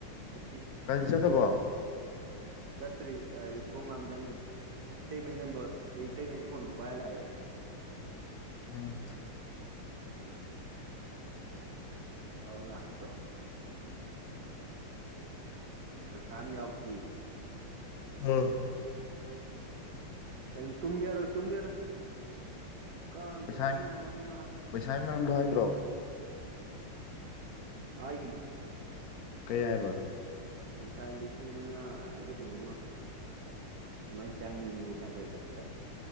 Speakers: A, on the right; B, on the left.
A: ꯀ
B: ꯀ ꯆ ꯍꯣ
A: ꯆꯠꯇ꯭ꯔꯤ ꯑꯗꯨꯩ ꯈꯣꯡ ꯍꯥꯝ ꯆꯪꯉ ꯏꯇꯩꯃꯩ ꯅꯝꯕꯔ ꯑꯩ ꯏꯇꯩꯉꯩ ꯐꯣꯟꯗꯣ ꯄꯥꯏꯔ ꯂꯥꯛꯑꯦ
B: ꯎꯝ
A: ꯍꯧꯧꯗ ꯍꯥꯥꯛꯗꯣ ꯄꯩꯁꯥ ꯑꯃ ꯌꯥꯎꯗꯦ
B: ꯎꯝ
A: ꯀꯩꯅ ꯇꯨꯝꯝꯕ ꯌꯥꯔꯣꯏ ꯇꯨꯝꯝꯕꯦꯔꯣ ꯀꯝ
B: ꯄꯩꯁꯥ
A: ꯆꯂꯒꯅꯣ ꯍꯥꯒ
B: ꯄꯩꯁꯥꯒꯤ ꯃꯔꯝꯗꯣ ꯍꯥꯏꯗ꯭ꯔꯣ
A: ꯍꯥꯏꯅꯤ
B: ꯀꯌꯥꯏꯕ
A: ꯉꯟꯁꯥꯏ ꯂꯤꯁꯤꯡ ꯃꯉꯥ ꯍꯥꯏꯕ ꯀꯩꯅꯣꯝꯃ ꯑꯗꯨꯃꯥꯏꯅ ꯆꯪꯉꯤ ꯇꯥꯛꯇꯔ ꯆꯠꯄꯗ